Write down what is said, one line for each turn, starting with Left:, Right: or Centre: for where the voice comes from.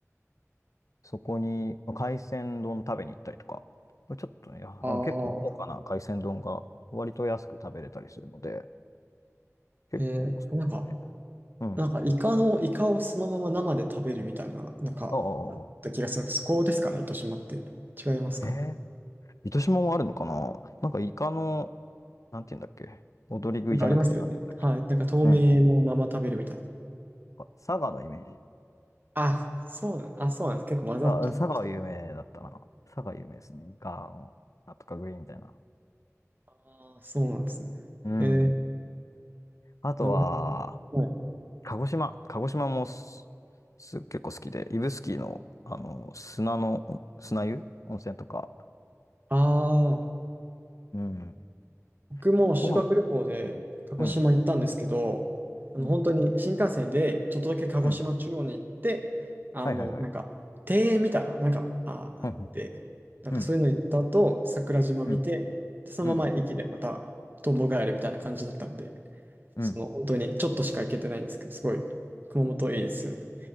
Left: そこにまあ海鮮丼食べに行ったりとか、これちょっとね、あの結構豪華な海鮮丼が割と安く食べれたりするので、
Right: ああ、
Left: 結構おすすめ、
Right: えーなんか、
Left: うん。
Right: なんかイカの、イカをそのまま生で食べるみたいな、なんか、
Left: ああ、あああ
Right: あった気がするんです。そこですかね、糸島って。違いますかね。
Left: あえ糸島もあるのかななんかイカの、なんて言うんだっけ踊り食いじゃなくて、
Right: なんかありますよね。
Left: なんて言うんだ
Right: はい。なんか透明のまま食べるみたいな。
Left: っけねえ。なんか佐賀のイメージ。
Right: あ、そうなん、あ、そうなんです。結構混ざっちゃってましたよね。
Left: 佐賀、うん佐賀は有名だったな。佐賀有名ですね。イカの、なんとか食いみたいな。
Right: ああ、そうなんですね。
Left: うん。
Right: えー
Left: あとは、
Right: なるほど。はい。
Left: 鹿児島。鹿児島もす、す、結構好きで、指宿の、あの、砂の、砂湯温泉とか。
Right: ああ。
Left: うん。
Right: 僕も修学旅行で鹿児島行ったんですけど、
Left: ご飯、うん。うん。
Right: あの本当に新幹線でちょっとだけ鹿児島中央に行って、
Left: うん。うん
Right: あの、
Left: はいはいはい。
Right: なんか庭園みたいな、なんかあ、あって、
Left: うん。
Right: なんかそういうの行った後、
Left: うん。
Right: 桜島見て、
Left: うん。
Right: でそのまま駅でまたトンボ帰るみたいな感じだったんで、
Left: うん。うん。
Right: その本当にちょっとしか行けてないんですけど、
Left: うん。
Right: すごい熊本いいですよね。